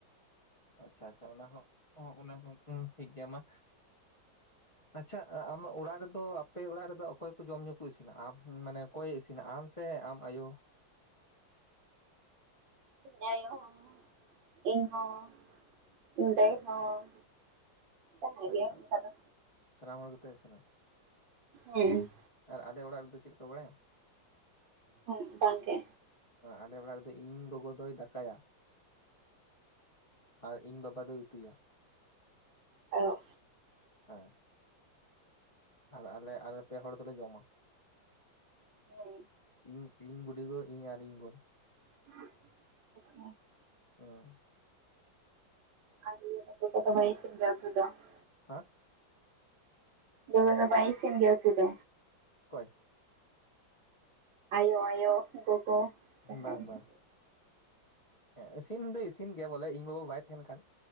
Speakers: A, on the left; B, on the right.
A: ᱟᱪᱪᱷᱟ ᱟᱪᱪᱷᱟ ᱚᱱᱟ ᱦᱚᱸ ᱚᱱᱟ ᱦᱚᱸ ᱦᱩᱸ ᱴᱷᱤᱠᱜᱮᱭᱟ ᱢᱟ
B: <inaudible>
A: ᱟᱪᱪᱷᱟ ᱟᱢᱟᱜ ᱚᱲᱟᱜ ᱨᱮᱫᱚ ᱟᱯᱮ ᱚᱲᱟᱜ ᱨᱮᱫᱚ ᱚᱠᱚᱭ ᱠᱚ ᱡᱚᱢ ᱧᱩ ᱠᱚ ᱤᱥᱤᱱᱟᱜ ᱢᱟᱱᱮ? ᱚᱠᱚᱭᱮ ᱤᱥᱤᱱᱟ? ᱟᱢ ᱥᱮ ᱟᱢ ᱟᱭᱳ?
B: ᱤᱧ ᱟᱭᱳ ᱦᱚᱸ ᱤᱧ ᱦᱚᱸ ᱤᱧ
A: ᱟᱪᱪᱷᱟ
B: ᱫᱟ. ᱭ ᱦᱚᱸ
A: ᱟᱪᱪᱷᱟ
B: ᱡᱟᱦᱟᱸᱭ
A: ᱟᱪᱪᱷᱟ
B: ᱜᱮ ᱚᱱᱠᱟ ᱫᱚ
A: ᱥᱟᱱᱟᱢ ᱦᱚᱲ ᱜᱮᱯᱮ ᱤᱥᱤᱱᱟ
B: ᱦᱮᱸ
A: ᱟᱨ ᱟᱞᱮ ᱚᱲᱟᱜ ᱨᱮᱫᱚ ᱪᱮᱫ ᱠᱚ ᱵᱟᱲᱟᱭᱟᱢ
B: ᱦᱸ ᱵᱟᱝ ᱜᱮ
A: ᱟᱞᱮ ᱚᱲᱟᱜ ᱨᱮᱫᱚ ᱤᱧ ᱜᱚᱜᱚ ᱫᱚᱭ ᱫᱟᱠᱟᱭᱟ᱾ ᱟᱨ ᱤᱧ ᱵᱟᱵᱟ ᱫᱚᱭ ᱩᱛᱩᱭᱟ᱾
B: ᱚ
A: ᱦᱮᱸ ᱟᱨ ᱟᱞᱮ ᱟᱞᱮ ᱯᱮ ᱦᱚᱲ ᱫᱚᱞᱮ ᱡᱚᱢ-ᱟ
B: ᱦᱮᱸ
A: ᱤᱧ ᱤᱧ ᱵᱩᱰᱤᱜᱚ ᱤᱧ ᱟᱨ ᱤᱧ ᱵᱚᱱ
B: ᱚ <unintelligible>
A: ᱦᱩᱸ
B: <inaudible>
A: ᱦᱮᱸ
B: ᱵᱩᱱᱩ ᱫᱚ ᱵᱟᱭ ᱤᱥᱤᱱ ᱜᱮᱭᱟ ᱩᱛᱩᱫᱚ?
A: ᱚᱠᱚᱭ?
B: ᱟᱭᱳ ᱟᱭᱳ ᱜᱚᱜᱚ ᱡᱟᱦᱟᱸᱭ
A: ᱵᱟᱝ
B: ᱫᱚ᱾
A: ᱵᱟᱝ ᱦᱮᱸ ᱤᱥᱤᱱ ᱫᱚ ᱤᱥᱤᱱ ᱜᱮᱭᱟ ᱵᱚᱞᱮ ᱤᱧ ᱵᱟᱵᱟ ᱵᱟᱭ ᱛᱟᱦᱮᱱ ᱠᱷᱟᱱ,